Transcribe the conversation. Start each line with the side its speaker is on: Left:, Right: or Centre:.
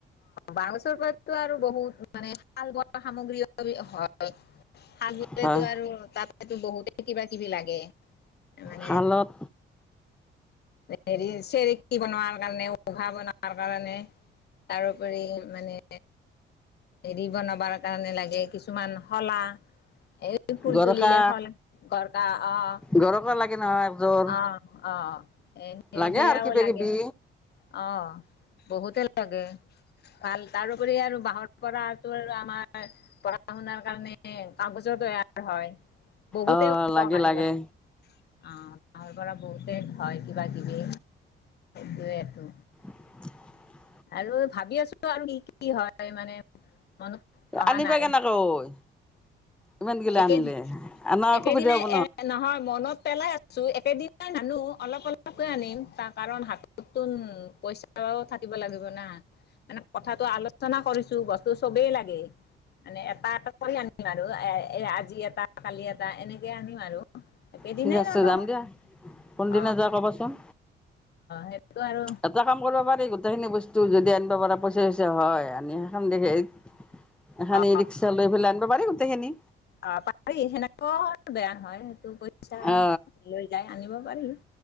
Left: বাহঁ গছৰ পৰাটো আৰু বহুত মানে শাল বন <unintelligible>
Centre: হয়
Left: এইটো বহুতে কিবা কিবি লাগে মানে
Centre: শালত
Left: হেৰি চেৰকী বনোৱাৰ কাৰণেও উহা বনোৱাৰ কাৰণে তাৰোপৰি মানে হেৰি বনাবাৰ কাৰণে লাগে কিছুমান শলা এই ফুল
Centre: গৰকা
Left: তুলিলে শল গৰকা অহ
Centre: গৰকা লাগে নহয় একযোৰ
Left: অ -অ এ
Centre: লাগে
Left: সেয়াও
Centre: আৰু কিবা
Left: লাগে
Centre: কিবি
Left: অ বহুতে লাগে বাল তাৰোপৰি আৰু বাঁহৰৰ পৰাটো আৰু আমাৰ পঢ়া শুনাৰ কাৰণে কাগজ তৈয়াৰ হয় বহুতে
Centre: অ
Left: উপকাৰী
Centre: লাগে লাগে
Left: অ তাৰ পৰা বহুতে হয় কিবা কিবি। দুয়েটো।
Centre: <inaudible>
Left: আৰু ভাবি আছো আৰু কি কি হয় মানে? মনত অহা
Centre: আনিবা
Left: নাই।
Centre: কেনেকৈ ইমান গিলা
Left: একেদি
Centre: আনিলে আনা
Left: একেদিনাই
Centre: অসুবিধা হ'ব
Left: এ নহয় মনত পেলাই আছো একেদি একেদিনাই নানো অলপ অলপকৈ আনিম তাৰ কাৰণ হাততটোন পইচাও থাকিব লাগিব ন'। না মানে কথাটো আলোচনা কৰিছো বস্তু চবেই লাগে মানে এটা এটা কৰি আনিম আৰু এ আজি এটা কালি এটা এনেকে আনিম আৰু। একেইদিনাই
Centre: ঠিক আছে
Left: নানো নহয়
Centre: যাম দিয়া কোনদিনা
Left: অ',
Centre: যোৱা ক'বাচোন
Left: সেইটো অ',। আৰু
Centre: এটা কাম কৰবা পাৰি গোটেই খিনি বস্তু তোৰ যদি আনিব পাৰা পইচা চইচা হয় আনি সেখেম দেখি এইক এখান
Left: অ
Centre: ই ৰিক্সা লৈ পেলাই আনবা পাৰি গতেই খিনি
Left: অ' পাৰি সেনেকুৱা বেয়া নহয় সেইটো পইচা
Centre: অ
Left: লৈ যায় আনিব পাৰি